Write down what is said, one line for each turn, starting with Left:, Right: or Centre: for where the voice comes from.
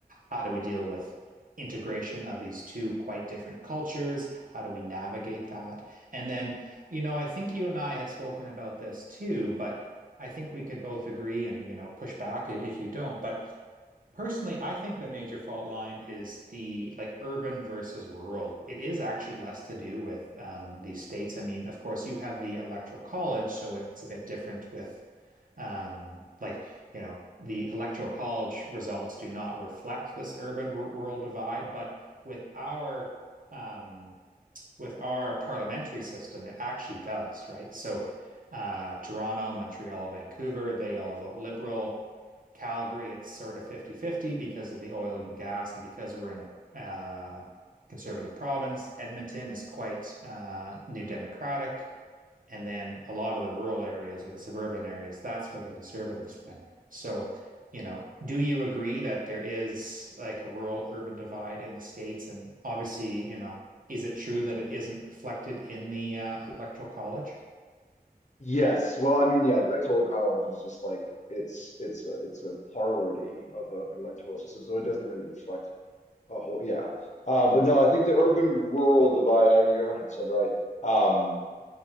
Right: how do we deal with integration of these two quite different cultures? How do we navigate that? And then, you know, I think you and I have spoken about this too, but I think we could both agree and, you know, push back if you don't, but Personally, I think the major fault line is the like urban versus rural. It is actually less to do with um, these states. I mean, of course, you have the electoral college, so it's a bit different with um, like, you know, the electoral college results do not reflect this urban rural divide, but with our um, with our parliamentary system, it actually does, right? So uh, Toronto, Montreal, Vancouver, they all vote liberal. Calgary, it's sort of fifty-fifty because of the oil and gas and because we're in a uh, conservative province. Edmonton is quite uh, New Democratic. And then a lot of the rural areas or the suburban areas, that's where the conservatives win. So, you know, do you agree that there is like a rural urban divide in the states? And obviously, you know, is it true that it isn't reflected in the uh, electoral college?
Left: Yes. Well, I mean, yeah, the electoral college is just like it's it's a it's a parlor game of, of an electoral system, so it doesn't really reflect a whole. Yeah. Uh, but no, I think the urban rural divide. I, you're 100% right. Um,